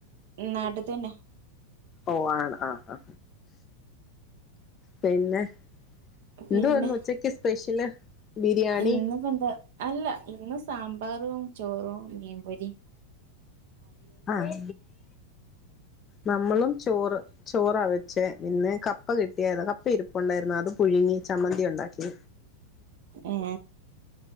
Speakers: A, on the right; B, on the left.
A: നാട്ടിത്തന്നെ
B: ഓ ആണ് ആ ആ പിന്നെ
A: പിന്നെ
B: എന്ത് വന്നു ഉച്ചക്ക് സ്പെഷ്യല് ബിരിയാണി
A: ഇന്നിപ്പോ എന്താ അല്ല ഇന്ന് സാമ്പാറും ചോറും മീൻ പൊരി
B: ആഹ് നമ്മളും ചോറ് ചോറ വെ ക്ഷേ പിന്നെ കപ്പ കിട്ടിയായിരുന്നു കപ്പ ഇരിപ്പ ഉണ്ടായിരുന്നു അത് പുഴുങ്ങി ചമ്മന്തി ഉണ്ടാക്കി
A: ഏ